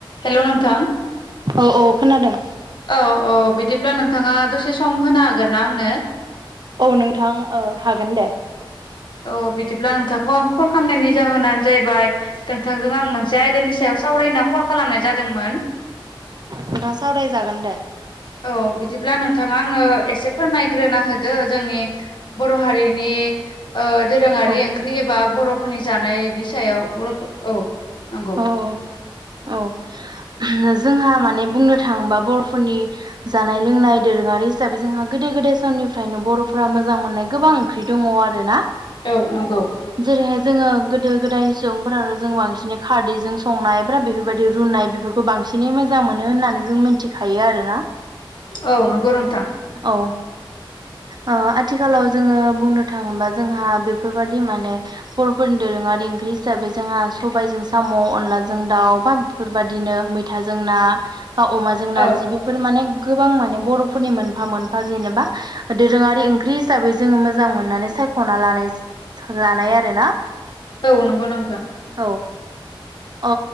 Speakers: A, on the left; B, on the right.
A: हेल' नोंथां
B: औ औ खोनादों
A: औ औ बिदिब्ला नोंथाङा दसे सम होनो हागोन ना आंनो?
B: औ नोंथां ओ हागोन दे।
A: अ बिदिब्ला नोंथांखौ आं कल खामनायनि जाहोनानो जाहैबाय नोंथांजों आं मोनसे आयदानि सायाव सावरायनो कल खालामनाय जादोंमोन।
B: नोंथां सावरायजागोन दे।
A: औ बिदिब्ला नोंथाङा आंनो एसे फोरमायग्रोना होदो जोंनि बर' हारिनि ओ दोरोङारि
B: औ
A: ओंख्रि एबा बर'फोरनि जानायनि सायाव बर'फोर औ नंगौ
B: अ औ <unintelligible> जोंहा माने बुंनो थाङोबा बर'फोरनि जानाय लोंनाय दोरोङारि हिसाबै जोंहा गोदो गोदाय समनिफ्रायनो बर'फ्रा मोजां मोननाय गोबां ख्रि दङ' आरो ना।
A: औ नंगौ
B: जेरैहाय जोङो गोदो गोदाय सुबुंफोरा जों बांसिनै खारदैजों संनाय ब्रा बेफोरबायदि रुनाय बेफोरखौ बांसिनै मोजां मोनो होननानै जों मिनथिखायो आरोना।
A: औ नंगौ नोंथां
B: औ ओ आथिखालाव जोङो बुंनो थाङोबा जोंहा बेफोरबादि माने बर'फोरनि दोरोङारि ओंख्रि हिसाबै जोंहा सबाइजों साम' अनलाजों दाउ बा बेफोरबादिनो मैथाजों ना बा अमाजों नारजि
A: औ
B: बे फोर माने गोबां माने बर'फोरनि मोनफा - मोनफा जेनेबा दोरोङारि ओंख्रि साबै जोङो मोजां मोननानै सायख'ना लानाय-लानाय आरोना।
A: औ नंगौ नोंथां
B: औ अ